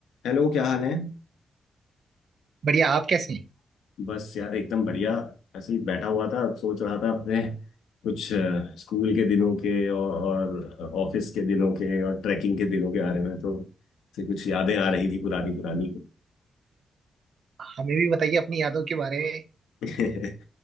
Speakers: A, on the left (about 85°); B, on the right (about 65°).
A: हेलो क्या हाल है
B: बढ़िया आप कैसे हैं
A: बस यार एकदम बढ़िया ऐसे ही बैठा हुआ था सोच रहा था अपने कुछ अ, स्कूल के दिनों के और, और ऑफिस के दिनों के और ट्रैकिंग के दिनों के बारे में तो से कुछ यादें आ रही थी पुरानी पुरानी
B: हमें भी बताइए अपनी यादों के बारे में
A: <laughs>